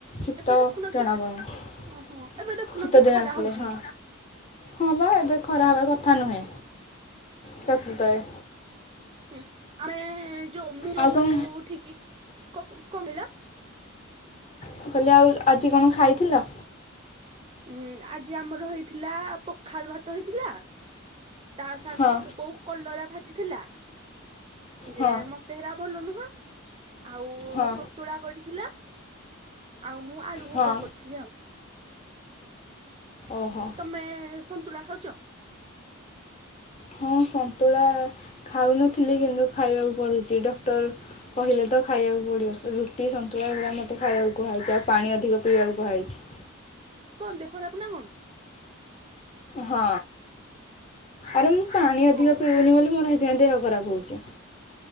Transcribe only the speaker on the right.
ଏବେ ଦେଖୁନ
କି
ଓହୋ ଏବେ ଦେଖୁନ
କି ଖରା
ହଉଛି।
ହୁଁ ଆମେ ଯଉ ଯୋଉଠିକି
କ କମିଲା
ଉଁ ଆଜି ଆମର ହେଇଥିଲା ପଖାଳ ଭାତ ହେଇଥିଲା। ତା ସାଙ୍ଗକୁ
ବୋଉ କଲରା ଭାଜିଥିଲା ଯେ
ମ ତେହେରା ଭଲ ନୁହଁ ଆଉ
ସନ୍ତୁଳା କରିଥିଲା। ଆଉ ମୁଁ ଆଳୁ ଭଜା
କରିଥିଲି ଆଉ।
ତମେ ସନ୍ତୁଳା ଖାଉଚ?
କଣ ଦେହ ଖରାପ ନା କଁ?
ଓହୋ